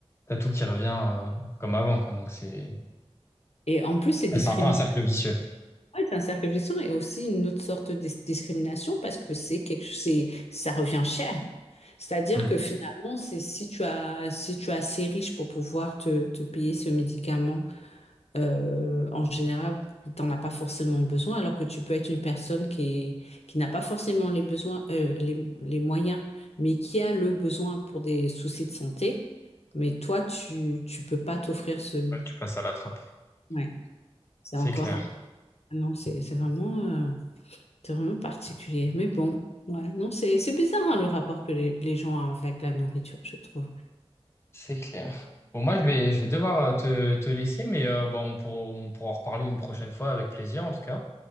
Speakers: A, on the left; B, on the left.
A: t'as tout qui revient euh, comme avant, quoi. Donc c'est,
B: Et en plus, c'est discriminant
A: ouais, c'est un peu un cercle vicieux.
B: Oui, c'est un cercle vicieux et aussi une autre sorte de dis- discrimination parce que c'est quelque c'est ça revient cher. C'est-à-dire
A: Hmm.
B: que finalement, c'est si tu as si tu es assez riche pour pouvoir te, te payer ce médicament, euh, en général, tu n'en as pas forcément besoin, alors que tu peux être une personne qui est- qui n'a pas forcément les besoins euh, les, les moyens, mais qui a le besoin pour des soucis de santé, mais toi tu tu peux pas t'offrir ce
A: Ouais, tu passes à la trappe.
B: ouais, c'est
A: C'est
B: encore
A: clair.
B: un non, c'est c'est vraiment euh, c'est vraiment particulier. Mais bon, ouais, non, c'est c'est bizarre hein, le rapport que les, les gens ont avec la nourriture, je trouve.
A: C'est clair. Bon, moi, je vais, je vais devoir euh, te, te laisser, mais euh, bon, on pourra, on pourra en reparler une prochaine fois avec plaisir, en tout cas.